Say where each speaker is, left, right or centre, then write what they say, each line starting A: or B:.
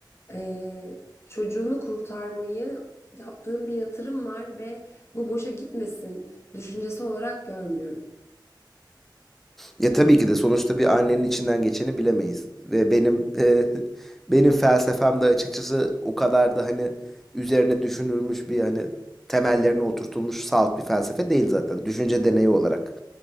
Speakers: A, on the left; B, in the centre.
A: eee, çocuğunu kurtarmayı yaptığın bir yatırım var ve bu boşa gitmesin düşüncesi olarak görmüyorum.
B: Ya tabii ki de sonuçta bir annenin içinden geçeni bilemeyiz. Ve benim e, <laughs> benim felsefem de açıkçası o kadar da hani üzerine düşünülmüş bir hani temellerine oturtulmuş salt bir felsefe değil zaten. Düşünce deneyi olarak